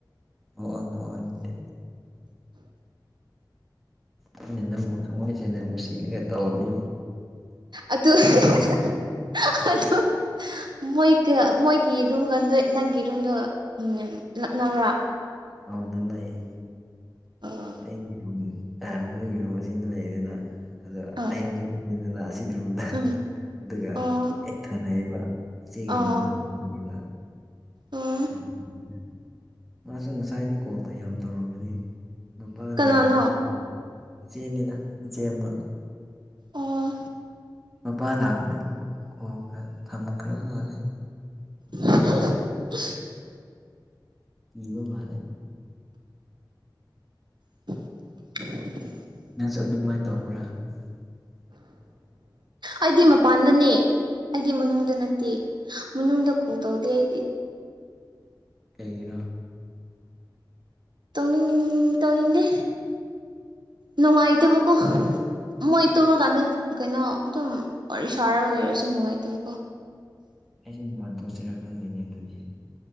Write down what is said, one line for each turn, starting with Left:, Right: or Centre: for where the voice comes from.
Centre: ꯑꯣ ꯑꯣ ꯅꯣꯛꯑꯣ ꯑꯗꯨꯗꯤ ꯑꯩꯅ ꯅꯪꯕꯨ ꯊꯃꯣꯏꯁꯦꯡꯅ ꯅꯨꯡꯁꯤꯔꯒ ꯇꯧꯔꯗꯤ
Right: ꯑꯗꯨ <unintelligible> ꯑꯥꯗꯨ ꯃꯣꯏꯒ ꯃꯣꯏꯒꯤ ꯔꯨꯝꯒꯗ ꯅꯪꯒꯤ ꯔꯨꯝꯗꯣ ꯎꯝ ꯂꯥꯛꯅꯕ꯭ꯔꯥ
Centre: ꯑꯥꯎ ꯅꯛꯅꯩꯌꯦ
Right: <unintelligible>
Centre: ꯑꯩꯒꯤ ꯔꯨꯝ ꯑ ꯃꯣꯏꯒꯤ ꯔꯨꯝ ꯑꯁꯤꯗ ꯂꯩꯌꯦꯗꯅ ꯑꯗꯣ
Right: ꯑꯥ
Centre: ꯑꯩ ꯍꯧꯖꯤꯛ ꯗꯅ ꯑꯁꯤꯗ꯭ꯨꯔꯝꯗ
Right: ꯎꯝ
Centre: ꯑꯗꯨꯒ
Right: ꯑꯣ
Centre: ꯍꯦꯛ ꯊꯪꯅꯩꯌꯦꯕ ꯏꯆꯦꯒꯤ
Right: ꯑꯣ
Centre: ꯔꯨꯝ ꯑꯃ ꯂꯩꯌꯦꯕ
Right: ꯎꯝ
Centre: ꯑꯗꯨꯒꯤꯅꯤꯗꯥ ꯃꯥꯁꯨ ꯉꯁꯥꯏꯗꯩ ꯀꯣꯜꯗꯣ ꯌꯥꯝ ꯇꯧꯔꯝꯕꯅꯤ ꯅꯨꯄꯥ
Right: ꯀꯅꯥꯅꯣ
Centre: ꯂꯥꯛꯄꯗꯒꯤ ꯀꯣꯜ ꯏꯆꯦꯅꯤꯗ ꯏꯆꯦ ꯑꯃ
Right: ꯑꯣ
Centre: ꯃꯄꯥ ꯂꯥꯛꯄꯗꯒꯤ ꯀꯣꯜꯒ ꯊꯝꯈ꯭ꯔꯕ ꯃꯥꯜꯂꯦ
Right: <unintelligible>
Centre: ꯀꯤꯕ ꯃꯥꯜꯂꯦ
Right: <unintelligible>
Centre: ꯅꯪꯁꯨ ꯑꯗꯨꯃꯥꯏꯟ ꯇꯧꯕ꯭ꯔꯥ <inaudible>
Right: ꯑꯩꯗꯤ ꯃꯄꯥꯟꯗꯅꯦ ꯑꯩꯗꯤ ꯃꯅꯨꯡꯗ ꯅꯠꯇꯦ ꯃꯅꯨꯡꯗ ꯀꯣꯜ ꯇꯧꯗꯦ ꯑꯩꯗꯤ
Centre: ꯀꯩꯒꯤꯔꯣ
Right: ꯇꯧꯅꯤꯡ ꯇꯧꯅꯤꯡꯗꯦ ꯅꯨꯡꯉꯥꯏꯇꯕꯀꯣ ꯃꯣꯏ
Centre: ꯎꯝ
Right: ꯇꯨꯝꯨꯔꯀꯥꯟꯗ ꯀꯩꯅꯣ ꯑꯗꯨꯝ ꯋꯥꯔꯤ ꯁꯥꯔꯒ ꯂꯩꯔꯁꯨ ꯅꯨꯡꯉꯥꯏꯇꯕꯀꯣ
Centre: ꯑꯩꯁꯨ ꯃꯄꯥꯟ ꯊꯣꯛꯁꯤꯔꯥ ꯈꯪꯗꯦꯅꯦ ꯑꯗꯨꯗꯤ